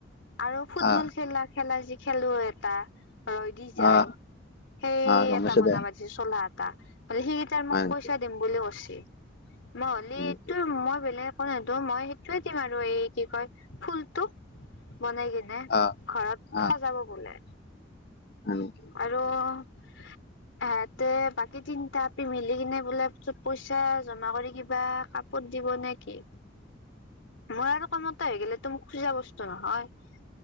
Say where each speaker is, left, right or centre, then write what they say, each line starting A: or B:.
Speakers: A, on the left; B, on the left.
A: আৰু ফুটবল
B: আহ
A: খেলা, খেলা খেকৈ যি খেলোৱৈই এটা। ৰৈ দি যায়।
B: আহ
A: সেই
B: আহ গম
A: এটা
B: পাইছো
A: বনাবা
B: দে
A: দিচি চোলা এটা। মানে সেইটো তাৰ
B: হয়
A: মোক
B: নেকি?
A: পইচা দিম বুলি কছি। মই
B: হয় নেকি?
A: এইটো মই বেলেগ একো নচ। মই সেইটোয়েই দিম আৰু এই কি কয় ফুলতটো। বনাই কিনে,
B: আহ
A: ঘৰত
B: আহ
A: সজাব বোলে।
B: হয় নেকি?
A: আৰু, সেহতে বাকী তিনিতা আপি মিলি কিনে বোলে চুত পইচা জমা কৰি কিবা কাপত দিব নেকি। মই আৰু কামতে হৈ গো মোক খোজা বস্তু নহয়,